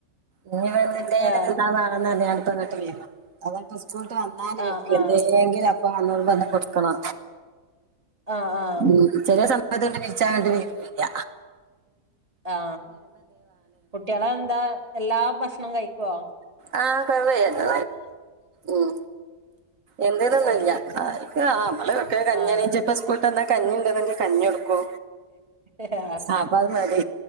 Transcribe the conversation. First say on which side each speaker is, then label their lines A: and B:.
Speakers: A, on the right (about 55°); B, on the right (about 25°).
A: ഇഞ് വരുമ്പന്തേലും
B: ആ
A: തിന്നാൻവാണന്നർഞാ പ ങ്ങട്ടവരും അതാപ്പ സ്കൂൾട്ട് വന്നാല്
B: ആ
A: വര്ക്
B: ആ
A: എന്തേങ്കിലു അപ് പാഞ്ഞൂട്മ്പം ന്തെ കൊടുക്കണോ
B: ആ ആ
A: ഉം ചെലെ സമയത്തണ്ട് വിളിച്ചാണ്ട് വരൂല്യ
B: ആ കുട്ട്യാന്താ എല്ലാ ഭക്ഷണും കഴിക്കോ
A: ആ കൊഴപ്പല്യ ഉം എന്ത്തൊന്നുല്ല
B: ആ
A: അഹ്പ്പ ആ മ്മള്ക്കെ കഞ്ഞിണെച്
B: ആ
A: പ്പ സ്കൂൾട്ടന്ന കഞ്ഞിണ്ട്ന്നങ്കെ കഞ്ഞിഒട് പ്പൊ
B: ആ
A: ആപ്പ അഹ് മതി